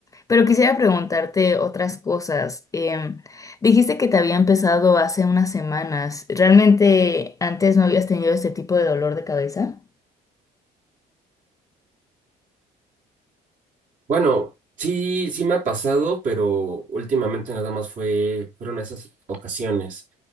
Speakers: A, on the left; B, on the right.
A: Pero quisiera preguntarte otras cosas. Em, dijiste que te había empezado hace unas semanas. ¿Realmente antes no habías tenido este tipo de dolor de cabeza?
B: Bueno, sí, sí me ha pasado, pero últimamente nada más fue, fueron esas ocasiones.